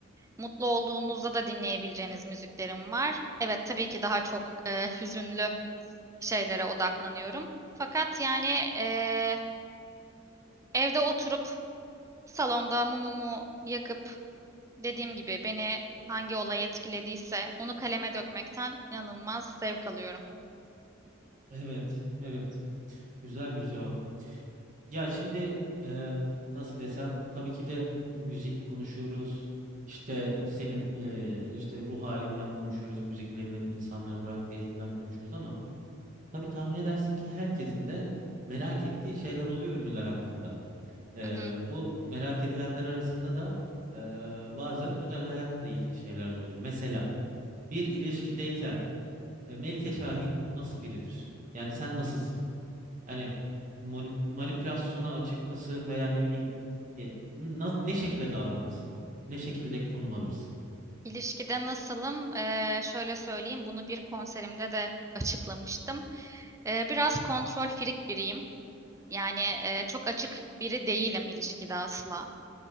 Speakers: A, on the right (about 15°); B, on the right (about 40°).
A: Mutlu olduğunuzda da dinleyebileceğiniz müziklerim var. Evet tabii ki daha çok e, hüzünlü şeylere odaklanıyorum. Fakat yani e, evde oturup salonda mumumu yakıp dediğim gibi beni hangi olay etkilediyse onu kaleme dökmekten inanılmaz zevk alıyorum.
B: Evet, evet. Güzel bir cevap. Ya şimdi e, nasıl desem tabii ki de müzik konuşuyoruz. İşte senin e, işte ruh halinden konuşuyoruz. Müziklerinin insanlara bıraktığı etkiden konuşuyoruz ama tabii tahmin edersin ki herkesin de merak ettiği şeyler oluyor ünlüler hakkında. E,
A: Hı hı.
B: bu merak edilenler arasında da e, bazen özel hayatla ilgili şeyler de oluyor. Mesela bir ilişkideyken e, Melike Şahin nasıl biridir? Yani sen nasılsın? Hani mani- manipülasyona açık mısın veya ne bileyim e, na- ne şekilde davranırsın? Ne şekilde konum alırsın?
A: İlişkide nasılım? E, şöyle söyleyeyim bunu bir konserimde de açıklamıştım. E, biraz kontrol firik biriyim. Yani e, çok açık biri değilim ilişkide asla.